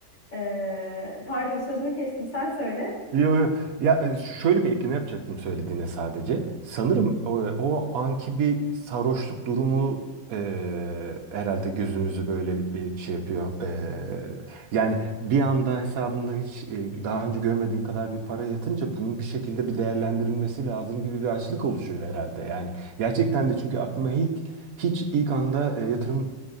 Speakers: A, on the left; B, on the right.
A: E, pardon sözünü kestim sen söyle.
B: Yo, yo. Ya e, ş- şöyle bir ekleme yapacaktım söylediğine sadece. Sanırım o, o anki bir sarhoşluk durumu e, herhalde gözümüzü böyle bir şey yapıyor. E, yani bir anda hesabında hiç e, daha önce görmediğin kadar bir para yatınca bunun bir şekilde bir değerlendirilmesi lazım gibi bir açlık oluşuyor herhalde. Yani gerçekten de çünkü aklıma ilk hiç ilk anda e, yatırım